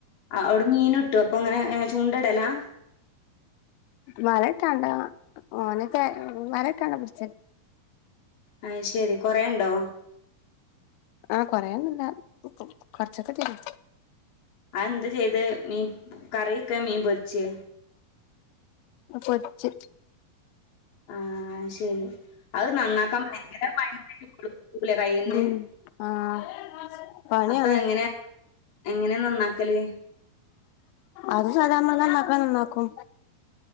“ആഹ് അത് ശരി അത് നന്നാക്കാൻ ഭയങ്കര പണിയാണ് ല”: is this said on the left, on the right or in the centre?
Left